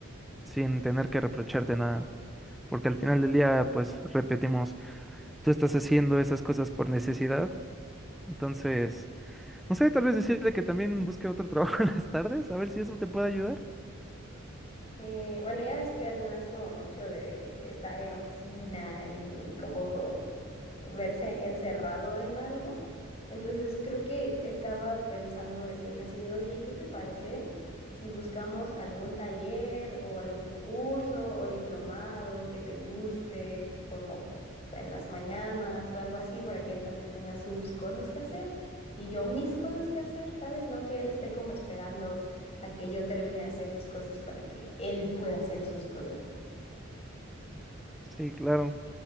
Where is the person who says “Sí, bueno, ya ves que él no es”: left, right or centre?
Left